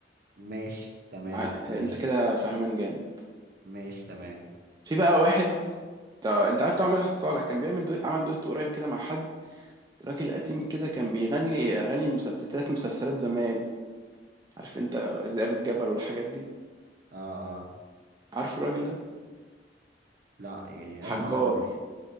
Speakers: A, on the right (about 55°); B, on the right (about 20°).
A: ماشي تمام
B: ع-
A: ماشي
B: انت كده فهمان جامد
A: ماشي تمام
B: في بقى واحد تا- انت عارف طبعا مدحت صالح كان بيعمل دويت عمل دويت قريب كده مع حد راجل قديم كده كان بيغني اغاني المسلسلات مسلسلات زمان عارف انت ذئاب الجبل والحاجات دي
A: اه اه
B: عارف الراجل ده
A: لا يعني
B: حجار
A: اسمع عنه